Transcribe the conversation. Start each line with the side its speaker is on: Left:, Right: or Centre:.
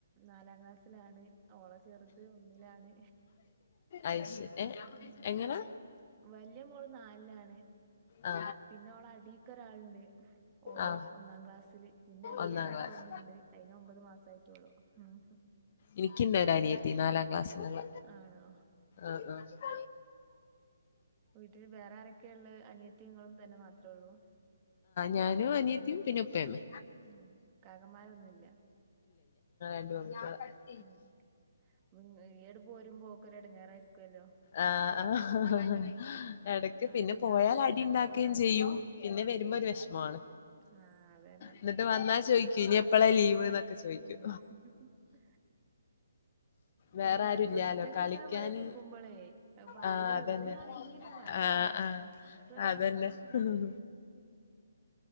Right: നാലാം ക്ലാസ്സിലാണ് ഓളെ ചെർത് ഒന്നിലാണ്
Left: അയ്ശരി ഏ
Right: ഉമ്
Left: എങ്ങനെ
Right: വല്യ മോള് നാൽലാണ്
Left: ആ
Right: പിന്നെ ഓളെ അടിക്കൊരാൾണ്ട് ഓള്
Left: ആ
Right: ഒന്നാം ക്ലാസ്സില് പിന്നെ അയിന്റെ
Left: ഒന്നാം
Right: അടിക്കൊന്ന്ണ്ട്
Left: ക്ലാസ്
Right: അയിന് ഒമ്പത് മാസം ആയിട്ടൊളൂ ഉമ്
Left: ഇനിക്ക് ണ്ടൊരു അനിയത്തി നാലാം ക്ലാസ്സ് ല്ള്ള
Right: ആണോ
Left: ആണോ
Right: വീട്ടിൽ വേറെ ആരൊക്കെള്ളെ അനിയത്തിങ്ങളും തന്നെ മാത്ര ഒള്ളൂ
Left: ഞാനും അനിയത്തി പിന്നേ ഉപ്പയെന്നു
Right: ഉം. കാക്കമാരൊന്നുമില്ല
Left: <unintelligible>
Right: ഉമ് വ്ങ്ങ ഈയണ്ട് പോരുമ്പം ഓക്കൊരു എടങ്ങാറായിരിക്കുല്ലോ
Left: ആഹ് ആഹ് എടക്ക് പിന്നെ
Right: ആരും ഉണ്ടാവില്ലല്ലോ
Left: പോയാൽ അടി
Right: കച്ചറ
Left: ണ്ടാക്കെയും
Right: വിടാന്
Left: ചെയ്യും പിന്നെ വരുമ്പോ ഒരു വെഷമുവാണ്
Right: ആ അതന്നെ
Left: ന്നിട്ട് വന്നാ ചോയിക്കും ഇനി എപ്പളാ ലീവ് ന്നക്കെ ചോയിക്കും
Right: ഉം
Left: വേറെ
Right: അല്ല
Left: ആരുല്ലാലോ
Right: ഒറ്റക്ക്
Left: കളിക്കാന്
Right: ഇങ്ങനെ പുരേ നിക്കുമ്പോഴേ അപ്പൊ
Left: ആഹ്
Right: ആരേലും
Left: അതന്നെ
Right: ഒരാളെങ്കിലും വേണം
Left: ആ
Right: വർത്താനം
Left: ആഹ്
Right: അങ്ങോട്ടും ഇങ്ങോട്ട്
Left: അതന്നെ
Right: വർത്താനം പറയാനെങ്കിലും
Left: ഉം